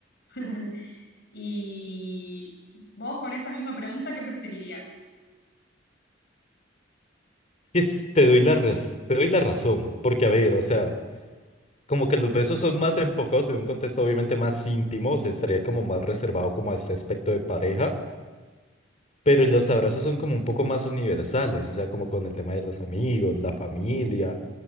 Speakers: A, on the left (about 60°); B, on the left (about 40°).
A: <laughs> Y vos con esa misma pregunta, ¿qué preferirías?
B: que s- te doy la raz- te doy la razón, porque a ver, o sea, como que los besos son más enfocados en un contexto obviamente más íntimo, o sea, estaría como más reservado como a este aspecto de pareja, pero los abrazos son como un poco más universales, o sea, como con el tema de los amigos, la familia,